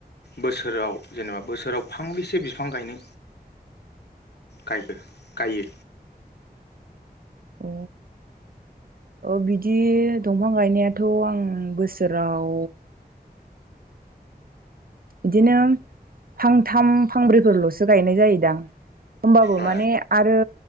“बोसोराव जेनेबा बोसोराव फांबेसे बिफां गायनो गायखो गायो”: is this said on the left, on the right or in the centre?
Left